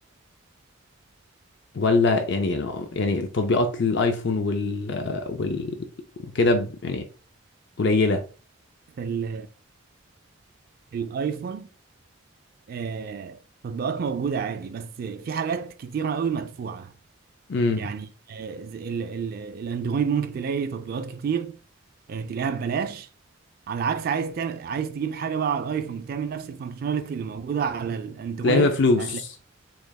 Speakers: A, on the left (about 55°); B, on the right (about 45°).
A: ولا يعني يعني التطبيقات للايفون وال وال وكده ب- يعني قليلة
B: في ال- الايفون آه، تطبيقات موجودة عادي بس في حاجات كتيرة قوي مدفوعة
A: امم
B: يعني آه، ز- ال- ال- الاندرويد ممكن تلاقي تطبيقات كتير آه، تلاقيها ببلاش على العكس عايز تعمل عايز تجيب حاجة بقى على الايفون بتعمل نفس الفانكشناليتي اللي موجودة على الاندرويد
A: تلاقيها بفلوس
B: هتلاقي